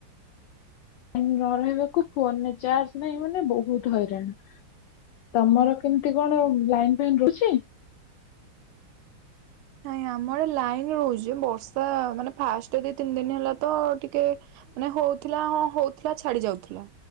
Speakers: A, on the left; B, on the right.
A: ନ ରହିବାକୁ ଫୋନରେ ଚାର୍ଜ ନାହିଁ ମାନେ ବହୁତ ହଇରାଣ। ତମର କେମିତି କଣ ଲାଇନ୍ ଫାଇନ୍ ରହୁଛି?
B: ନାଇଁ ଆମର ଲାଇନ ରହୁଛି। ବର୍ଷା ମାନେ ଫାଷ୍ଟ ଦି ତିନି ଦିନି ହେଲା ତ ଟିକେ ମାନେ ହଉଥିଲା ହଁ ହଉଥିଲା ଛାଡି ଯାଉଥିଲା।